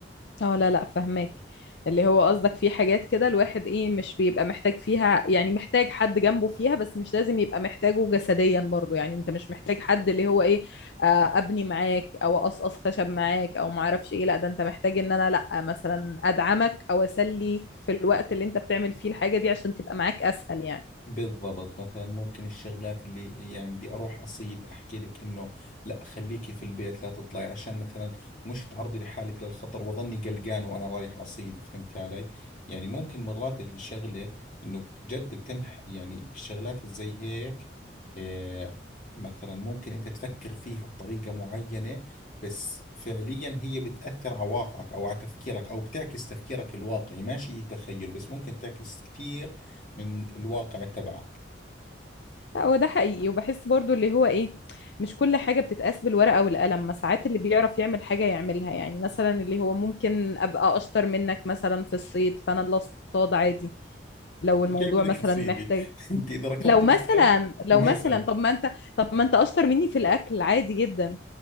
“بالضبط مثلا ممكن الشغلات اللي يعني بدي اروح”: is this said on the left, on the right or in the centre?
Left